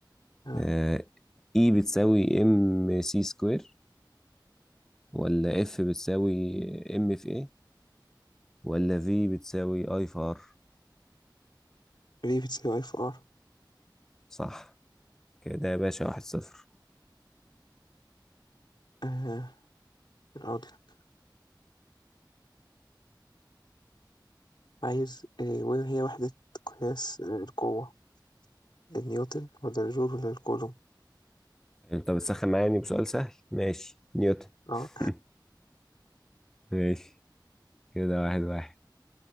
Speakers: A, on the left; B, in the centre.
A: أه
B: آه، E بتساوي ام سي سكوير ولا اف بتساوي ام في ايه ولا في بتساوي اي في ار
A: في بتساوي اف ار
B: صح كده يا باشا واحد صفر
A: أه أقول لك. عايز أه وين هي وحدة قياس آه، القوة النيوتن ولا الجول ولا الكولوم
B: انت بتسخن معايا يعني بسؤال سهل ماشي نيوتن
A: أه
B: <laughs> ماشي كده واحد واحد